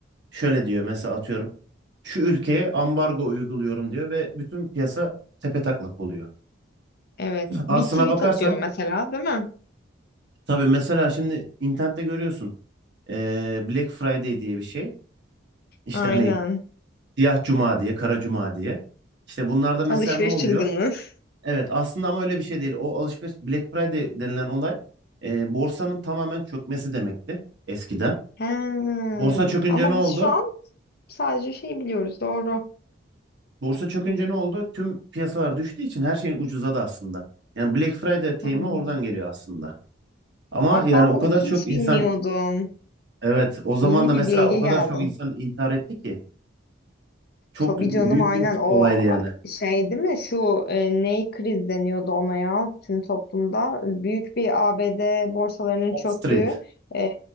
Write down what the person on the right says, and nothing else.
şöyle diyor mesela atıyorum. Şu ülkeye ambargo uyguluyorum diyor ve bütün piyasa tepetaklak oluyor.
Aslına
bakarsan
tabii mesela şimdi internette görüyorsun. eee, Black Friday diye bir şey. İşte
hani Siyah Cuma diye, Kara Cuma diye. İşte bunlarda mesela
ne oluyor?
Evet aslında ama öyle bir şey değil. O alışveriş Black Friday denilen olay e, borsanın tamamen çökmesi demekti eskiden.
Borsa çökünce
ne oldu?
Borsa çökünce ne oldu? Tüm piyasalar düştüğü için her şeyin ucuzadı aslında. Yani Black Friday deyimi
oradan geliyor aslında. Ama
yani
o
kadar
çok insan
evet o zaman
da mesela
o kadar
çok insan intihar etti ki çok
büyük
bir
olaydı yani.
Wall
Street.